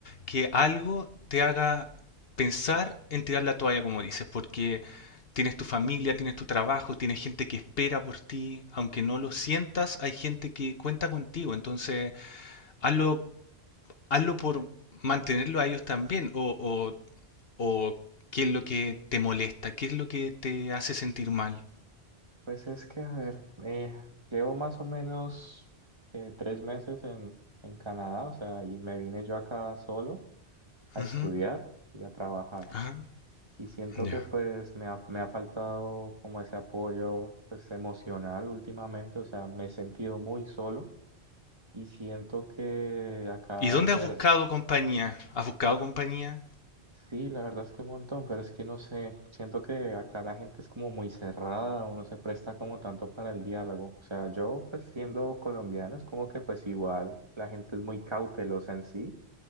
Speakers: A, on the left (about 60°); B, on the right (about 25°).
A: que algo te haga pensar en tirar la toalla, como dices, porque tienes tu familia, tienes tu trabajo, tienes gente que espera por ti. Aunque no lo sientas, hay gente que cuenta contigo. Entonces, hazlo, hazlo por mantenerlo a ellos también. O, o o qué es lo que te molesta, qué es lo que te hace sentir mal.
B: Pues es que, a ver, eh, llevo más o menos eh, tres meses en, en Canadá, o sea, y me vine yo acá solo a
A: Ujú,
B: estudiar y a trabajar.
A: ajá,
B: Y siento
A: ya.
B: que pues me ha, me ha faltado como ese apoyo pues emocional últimamente, o sea, me he sentido muy solo y siento que acá
A: ¿Y dónde
B: hacer,
A: has buscado compañía? ¿Has buscado compañía?
B: sí, la verdad es que un montón, pero es que no sé, siento que acá la gente es como muy cerrada, uno se presta como tanto para el diálogo, o sea, yo pues siendo colombiano es como que pues igual la gente es muy cautelosa en sí.